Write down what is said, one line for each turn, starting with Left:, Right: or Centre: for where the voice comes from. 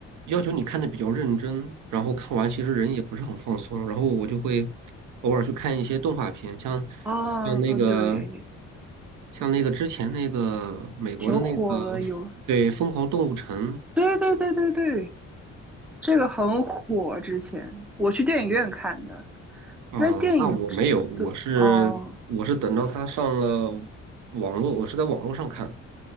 Right: 要求你看的比较认真，然后看完其实人也不是很放松。然后我就会偶尔去看一些动画片，像
Centre: 啊，
Right: 像那个
Centre: 对，
Right: 像那个之前那个美国的那个
Centre: 挺火的，有，
Right: 对《疯狂动物城》
Centre: 对对对对对，这个很火，之前我去电影院看的，
Right: 啊、
Centre: 那电影
Right: 那我没有，我是我是等到它上了
Centre: 的，哦。
Right: 网络，我是在网络上看